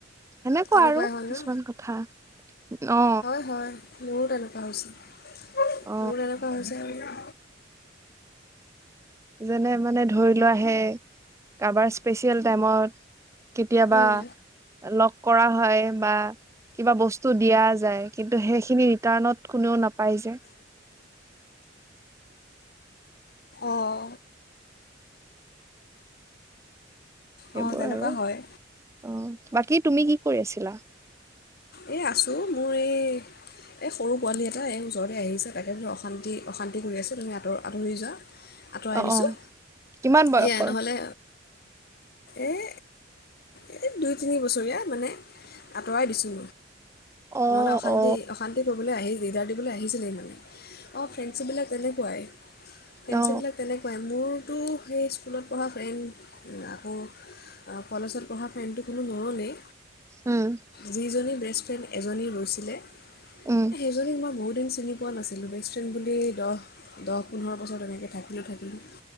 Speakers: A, on the right; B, on the left.
A: সেনেকুৱা
B: তেনেকুৱাই
A: আৰু
B: হয়
A: কিছুমান
B: ন?
A: কথা অ
B: হয়, হয় মোৰো তেনেকুৱা হৈছে। মোৰ
A: অ
B: এনেকুৱা হৈছে আৰু
A: যেনে মানে ধৰি লোৱা সেই কাবাৰ স্পেচিয়েল টাইমত কেতিয়াবা
B: উম,
A: লগ কৰা হয় বা কিবা বস্তু দিয়া যায়, কিন্তু সেইখিনি ৰিটাৰ্ণত কোনেও নাপাই যে।
B: অঁ
A: সেইবোৰ
B: অঁ তেনেকুৱা
A: আৰু
B: হয়
A: অ'। বাকী তুমি কি কৰি আছিলা?
B: এই আছোঁ মোৰ এই এ সৰু পোৱালী এটা এই ওচৰতে আহিছে, তাকে বোলো অশান্তি, অশান্তি কৰি আছে, তুমি আঁতৰ-আঁতৰি যোৱা। আঁতৰাই
A: অ
B: দিছোঁ,
A: অ কিমান বয়সৰ
B: সেয়াই নহ'লে এই এ দুই, তিনি বছৰীয়া মানে আঁতৰাই দিছোঁ।
A: অ
B: নহ'লে অশান্তি-অশান্তি
A: অ
B: কৰিবলৈ আহি দিগদাৰ দিবলৈ আহিছিলেই মানে। অ', ফ্ৰেণ্ডশ্বিপবিলাক তেনেকুৱাই, ফ্ৰেণ্ডশ্বিপবিলাক
A: অ
B: তেনেকুৱাই, মোৰ টো সেই স্কুলত পঢ়া ফ্ৰেণ্ড আকৌ আ কলেজত পঢ়া ফ্ৰেণ্ডটো কোনো নৰলেই।
A: উম
B: যিজনী বেষ্টফ্ৰেণ্ড এজনী ৰৈছিলে।
A: উম
B: এ সেইজনীক মই বহুত দিন চিনি পোৱা নাছিলোঁ বেষ্ট ফ্ৰেণ্ড বুলি দহ-দহ পোন্ধৰ বছৰ তেনেকৈ থাকিলোঁ থাকিলোঁ